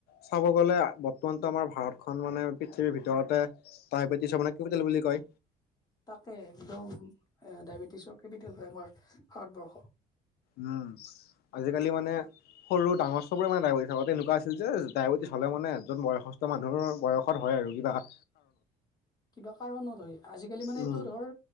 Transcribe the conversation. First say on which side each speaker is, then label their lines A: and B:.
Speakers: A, on the left; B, on the left.
A: চাব গ'লে, বৰ্তমানটো আমাৰ ভাৰতখন, মানে পৃথিৱীৰ ভিতৰতে টাইবেটিছ মানে কেপিটেল বুলি কয়।
B: তাকে, একদম। অ, ডায়বেটিছৰ কেপিটেল হয়, আমাৰ ভাৰতবৰ্ষ
A: উম, আজিকালি মানে সৰু-ডাঙৰ চবৰে মানে ডায়েবেটিছ, আগতে এনেকুৱা আছিল যে ডায়েবেটিছ হ'লে মানে এজন বয়সস্থ মানুহৰ বয়ত হয় আৰু। এই বিলাক
B: কিবা কাৰণত হয়। আজিকালি মানে,
A: উম
B: এইটো ধৰ,